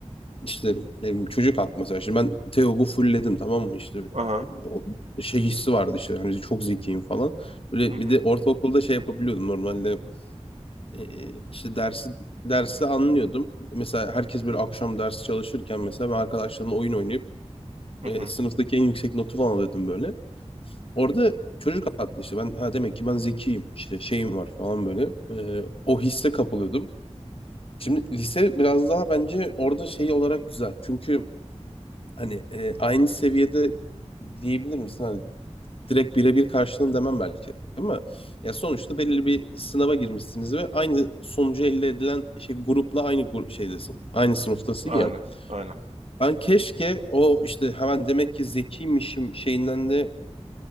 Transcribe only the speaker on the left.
İşte ne bileyim, çocuk haklı mesela. Şimdi ben Teog'u fullledim tamam mı? İşte
o şey hissi vardı işte hani çok zekiyim falan. Böyle
bir de ortaokulda şey yapabiliyordum normalde e, işte dersi dersi anlıyordum. Mesela herkes böyle akşam ders çalışırken mesela ben arkadaşlarımla oyun oynayıp
e,
sınıftaki en yüksek notu falan alıyordum böyle. Orada çocuk haklı işte ben ha demek ki ben zekiyim işte şeyim var falan böyle. E, o hisse kapılıyordum. Şimdi lise biraz daha bence orada şey olarak güzel. Çünkü hani e, aynı seviyede diyebilir misin? Hani direkt birebir karşılığını demem belki ama ya sonuçta belirli bir sınava girmişsiniz ve aynı sonucu elde edilen şey grupla aynı grup şeydesin. Aynı sınıftasın
ya.
Ben keşke o işte hemen demek ki zekiymişim şeyinden de